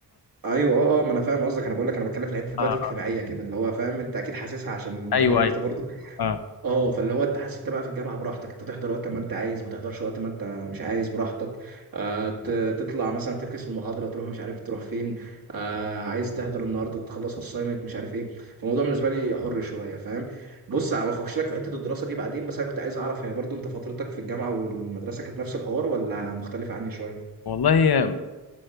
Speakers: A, on the right; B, on the left.
A: ايوه اه اه ما انا فاهم قصدك انا بقول لك انا بتكلم في الحته
B: اه
A: دلوقتي اجتماعيه
B: اه
A: كده اللي هو فاهم انت اكيد حاسسها عشان انت
B: ايوه
A: جربت
B: ايوه
A: برضه
B: اه
A: اه فاللي هو انت حاسس انت بقى في الجامعه براحتك انت تحضر وقت ما انت عايز ما تحضرش وقت ما انت مش عايز براحتك آه ت- تطلع مثلا تفكس المحاضره تروح مش عارف تروح فين آه عايز تحضر النهارده تخلص اساينمنت مش عارف ايه فالموضوع بالنسبه لي حر شويه فاهم بص انا هخش لك في حته الدراسه دي بعدين بس انا كنت عايز اعرف هي برضو انت فترتك في الجامعه والمدرسه كانت نفس الحوار ولا مختلفه عني شويه
B: والله آه،